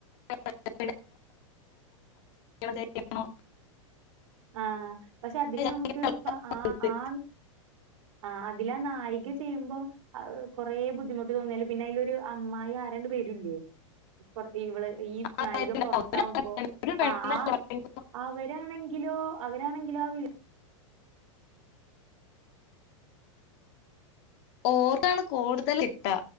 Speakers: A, on the left; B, on the right.
A: പെണ്ണ് കല്യാണം കഴിക്കണം
B: ആഹ് പക്ഷെ അതില്
A: വിചാരിക്കുന്ന
B: നമുക്ക്
A: ആൾക്കാരുണ്ട്.
B: ഇപ്പ ആഹ് ആഹ് ആഹ് അതിലാ നായിക ചെയ്യുമ്പോ കൊറെ ബുദ്ധിമുട്ട് തോന്നിയല് പിന്നെ അതിലൊരു അമ്മായി ആരാണ്ട് വെരൂല്ലേ പൊറത്ത് ഇവള് ഈ നായിക
A: അതായത്
B: പുറത്താവുമ്പോ
A: അവര് ഒരു പെണ്ണ്
B: ആഹ് ആഹ്
A: പറയുമ്പോ
B: അവരാണെങ്കിലോ അവരാണെങ്കിലോ ആഹ്
A: ഓർന്നാണ് കൂടുതൽ കിട്ടാ